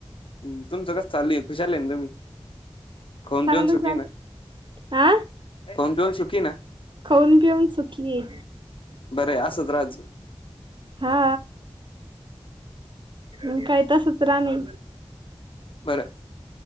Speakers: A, on the left; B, on the right.
A: हम्म तुमचं कस चालू आहे खुशालय आहे ना तुम्ही खाऊन
B: चांगलं
A: पिऊन सुकी
B: चालेल
A: आहे ना.
B: हा
A: खाऊन पिऊन सुखी ना
B: खाऊन पिऊन सुकी.
A: बरं आहे असंच राहत जा.
B: हा म काय तस सराणी
A: बरं